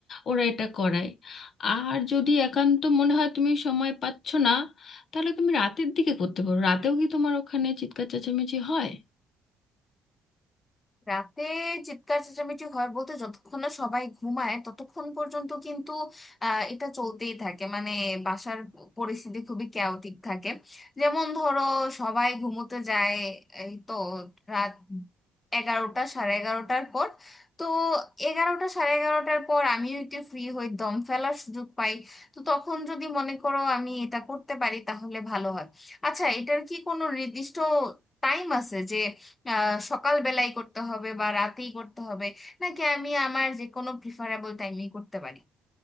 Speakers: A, on the left; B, on the left.
A: ওরা এটা করায় আর যদি একান্ত মনে হয় তুমি সময় পাচ্ছ না তাহলে তুমি রাতের দিকে করতে পারো রাতেও কি তোমার ওখানে চিৎকার চেঁচামেচি হয়
B: রাতে চিৎকার চেঁচামেচি হয় বলতে যতক্ষণ না সবাই ঘুমায় ততক্ষণ পর্যন্ত কিন্তু আহ, এটা চলতেই থাকে মানে বাসার পরিস্থিতি খুবই ক্যাওটিক থাকে যেমন ধরো সবাই ঘুমোতে যায় এই তো রাত এগারোটা সাড়ে এগারোটার পর তো এগারোটা সাড়ে এগারোটার পর আমিও একটু ফ্রি হই দম ফেলার সুযোগ পাই তো তখন যদি মনে করো আমি এটা করতে পারি তাহলে ভালো হয় আচ্ছা এটার কি কোনো নির্দিষ্ট টাইম আছে যে আহ সকালবেলাই করতে হবে বা রাতেই করতে হবে নাকি আমি আমার যে কোনো প্রিফারেবল টাইমেই করতে পারি